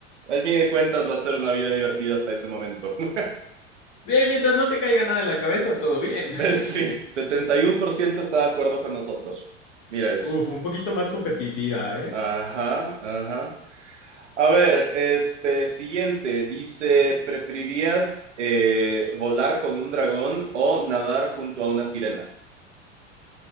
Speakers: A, on the right; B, on the left.
A: Al fin de cuentas va a ser una vida divertida hasta ese momento. <laughs>
B: Sí, mientras no te caiga nada en la cabeza, todo bien.
A: Eh, Sí, 71% está de acuerdo con nosotros. Mira eso.
B: Uf, un poquito más competitiva, ¿eh?
A: Ajá, ajá. A ver, este siguiente dice, ¿preferirías eh, volar con un dragón o nadar junto a una sirena?